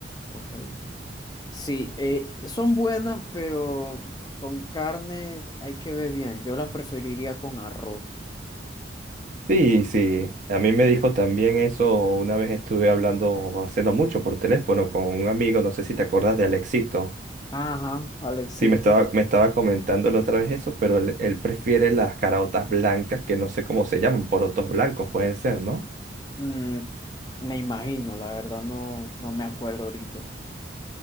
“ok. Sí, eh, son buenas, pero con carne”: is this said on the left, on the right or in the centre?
Left